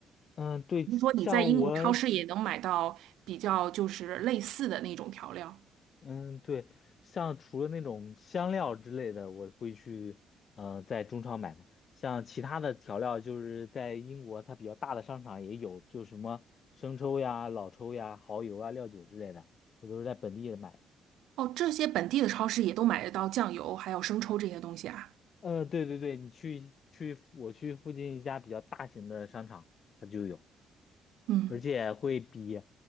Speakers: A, on the left; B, on the right.
A: 嗯，对，
B: 听说你在英国超市也能买到比较就是类似的那种调料
A: 像我。嗯，对，像除了那种香料之类的，我会去呃在中超买嘛。像其他的调料，就是在英国它比较大的商场也有，就什么生抽呀、老抽呀、蚝油啊、料酒之类的，我都是在本地买的。
B: 哦，这些本地的超市也都买得到酱油还有生抽这些东西啊。
A: 呃，对对对，你去去我去附近一家比较大型的商场，它就有，
B: 嗯。
A: 而且会比